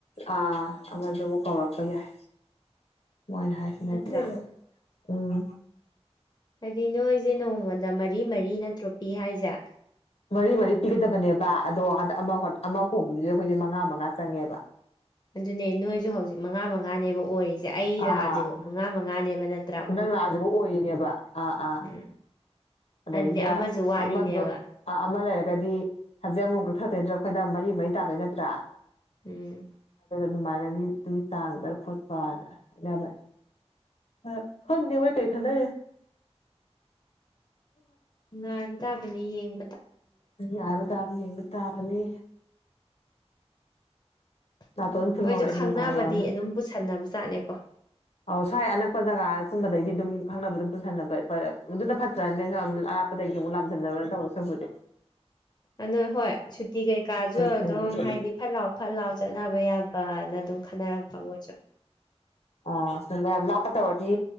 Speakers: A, on the left; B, on the left.
A: ꯑꯥ ꯑꯃꯗꯨꯕꯨ ꯀꯧꯔꯛꯄ ꯌꯥꯏ ꯃꯣꯏꯅ ꯍꯥꯏꯁꯤꯅꯗꯤ
B: ꯅꯠꯇ꯭ꯔꯥ
A: ꯎꯝ
B: ꯍꯥꯏꯗꯤ ꯅꯣꯏꯁꯦ ꯅꯣꯡꯃꯗ ꯃꯔꯤ ꯃꯔꯤ ꯅꯠꯇ꯭ꯔꯣ ꯄꯤ ꯍꯥꯏꯁꯦ
A: ꯃꯔꯤ ꯃꯔꯤ ꯄꯤꯒꯗꯕꯅꯦꯕ ꯑꯗꯣ ꯍꯟꯗꯛ ꯑꯃ ꯑꯃ ꯍꯣꯡꯕꯗꯨꯁ ꯑꯩꯈꯣꯏꯁꯦ ꯃꯉꯥ ꯃꯉꯥ ꯆꯪꯉꯦꯕ
B: ꯑꯗꯨꯅꯦ ꯅꯣꯏꯁꯨ ꯍꯧꯖꯤꯛ ꯃꯉꯥ ꯃꯉꯥꯅꯦꯕ ꯑꯣꯏꯔꯤꯁꯦ ꯑꯩ
A: ꯑꯥ
B: ꯂꯥꯛꯑꯁꯤꯕ ꯃꯉꯥ ꯃꯉꯥꯅꯦꯕ ꯅꯠꯇ
A: ꯅꯪ ꯂꯥꯛꯑꯁꯤꯕꯨ ꯑꯣꯏꯔꯤꯅꯦꯕ ꯑꯥ ꯑꯥ
B: ꯎꯝ
A: ꯑꯗꯩꯗꯨꯗ
B: ꯑꯗꯨꯗꯤ ꯑꯃꯁꯨ ꯋꯥꯠꯂꯤꯅꯦꯕ
A: ꯑꯃꯗ ꯑꯃ ꯂꯩꯔꯒꯗꯤ ꯍꯧꯖꯤꯛ ꯑꯃꯨꯛꯇ ꯊꯛꯇꯣꯏ ꯑꯩꯈꯣꯏꯅ ꯃꯔꯤ ꯃꯔꯤ ꯇꯥꯗꯣꯏ ꯅꯠꯇ꯭ꯔꯥ
B: ꯎꯝ
A: ꯑꯗꯨꯃꯥꯏꯅꯒꯤꯗꯨꯒꯤ ꯆꯥꯡꯗ ꯈꯣꯠꯄꯅ ꯍꯥꯏꯅꯕꯅꯤ ꯍꯣꯏꯅꯤ ꯑꯣꯏꯣꯏ ꯀꯩ ꯈꯅ
B: ꯅ ꯇꯥꯕꯅꯤ ꯌꯦꯡ
A: ꯌꯥꯕ ꯇꯥꯕꯅꯤ ꯌꯦꯡꯕ ꯇꯥꯕꯅꯦ ꯅꯥꯇꯣꯟ
B: ꯎꯝ
A: ꯐꯨꯟꯍꯧꯔꯛꯑꯦ
B: ꯃꯣꯏꯁꯨ ꯈꯪꯅꯕꯗꯤ
A: ꯅꯨꯡꯗꯥꯡ ꯌꯥꯝꯅ
B: ꯑꯗꯨꯝ ꯄꯨꯁꯟꯅꯕ ꯆꯥꯠꯅꯦꯀꯣ
A: ꯑꯧ ꯁ꯭ꯋꯥꯏ ꯑꯅꯛꯄ ꯖꯒꯥ ꯆꯨꯝꯕꯗꯒꯤꯗꯤ ꯑꯗꯨꯝ ꯈꯪꯅꯕ ꯑꯗꯨꯝ ꯄꯨꯁꯟꯅꯕ ꯑꯗꯨꯅ ꯐꯠꯇ꯭ꯔꯅꯦ ꯑꯒꯤ ꯃꯨꯂꯝ ꯆꯟꯗꯕꯔ ꯇꯧ ꯁꯄꯗꯦ
B: ꯑꯗꯨ ꯍꯣꯏ ꯁꯨꯇꯤ ꯀꯩꯀꯥꯁꯨ
A: ꯐꯩ
B: ꯑꯗꯨꯝ ꯍꯥꯏꯗꯤ ꯐꯠ ꯂꯥꯎ ꯐꯠ ꯂꯥꯎ ꯆꯠꯅꯕ ꯌꯥꯕꯅ ꯑꯗꯨꯝ ꯈꯟꯅꯔꯛꯄ ꯃꯣꯏꯁꯨ
A: ꯑ ꯁꯤ ꯌꯥꯝ ꯂꯥꯛꯄ ꯇꯋꯥꯗꯤ